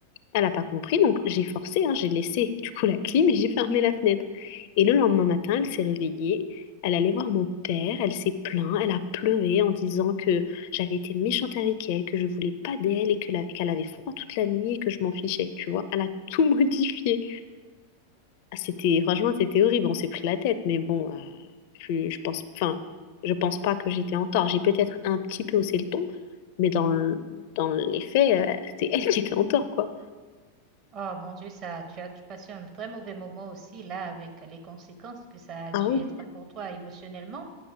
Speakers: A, on the left (about 45°); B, on the right (about 40°).
A: Elle n'a pas compris, donc j'ai forcé, hein, j'ai laissé du coup la clim et j'ai fermé la fenêtre. Et le lendemain matin, elle s'est réveillée, elle allait voir mon père, elle s'est plainte, elle a pleuré en disant que j'avais été méchante avec elle, que je voulais pas d'elle et que la- qu'elle avait froid toute la nuit et que je m'en fichais, tu vois. Elle a <laughs> tout modifié. Ah, C'était, franchement, c'était horrible, on s'est pris la tête, mais bon, euh, je, je pense, enfin, je pense pas que j'étais en tort. J'ai peut-être un petit peu haussé le ton, mais dans le- dans les faits, euh, c'est elle qui était en tort, quoi.
B: Oh mon Dieu, ça, tu as dû passer un très mauvais moment aussi là avec les conséquences que ça a
A: Ah
B: dû
A: oui,
B: être pour toi émotionnellement.